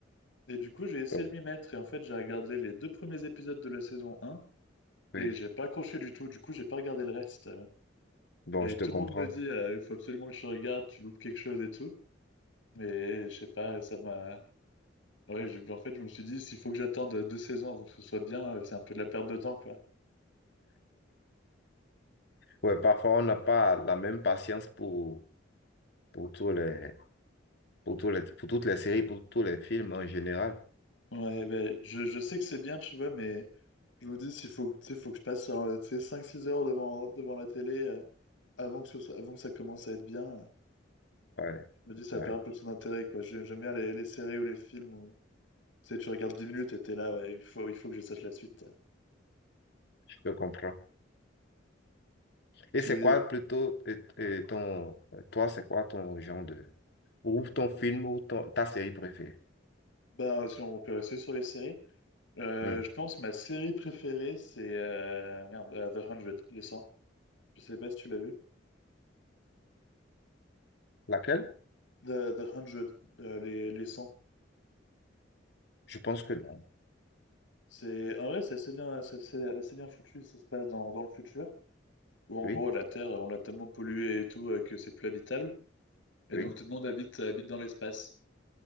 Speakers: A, on the left; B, on the left.
A: Et du coup, j'ai essayé
B: Ouais,
A: de m'y mettre et en fait, j'ai regardé les deux premiers épisodes de la saison un et
B: Oui,
A: j'ai pas accroché du tout. Du coup, j'ai pas regardé le reste.
B: bon,
A: Et
B: je
A: tout
B: te comprends.
A: le monde me dit, euh, il faut absolument que tu regardes, tu loupes quelque chose et tout. Mais je sais pas, ça m'a Ouais, j'ai- en fait, je me suis dit, s'il faut que j'attende deux saisons avant que ce soit bien, euh, c'est un peu de la perte de temps, quoi.
B: Ouais, parfois, on n'a pas la même patience pour, pour tous les, pour tous les, pour toutes les séries, pour tous les films en général.
A: Ouais, ben, je, je sais que c'est bien, tu vois, mais je me dis, s'il faut, que- tu sais, faut que je passe euh, tu sais, cinq six heures devant, devant la télé euh, avant que ce soit- avant que ça commence à être bien, euh,
B: Ouais,
A: je me dis, ça
B: ouais,
A: perd un peu de son intérêt, quoi. J'ai- J'aime bien les, les séries ou les films où, tu sais, tu regardes 10 minutes et t'es là, ouais, il faut, il faut que je sache la suite.
B: je te comprends. Et
A: Tu,
B: c'est quoi plutôt euh, euh, ton, toi, c'est quoi ton genre de, ou ton film ou ton- ta série préférée?
A: bah, si on peut rester sur les séries, euh,
B: Hmm.
A: je pense que ma série préférée, c'est, euh, merde, euh, The 100, les cent. Je sais pas si tu l'as vu.
B: Laquelle?
A: The, The 100, euh, les, les 100.
B: Je pense que non.
A: C'est, en vrai, c'est assez bien, c'est assez- assez bien foutu. Ça se passe dans, dans le futur, où en
B: Oui,
A: gros, la Terre, on l'a tellement polluée et tout euh, que c'est plus habitable. Et
B: oui,
A: donc, tout le monde habite, habite dans l'espace.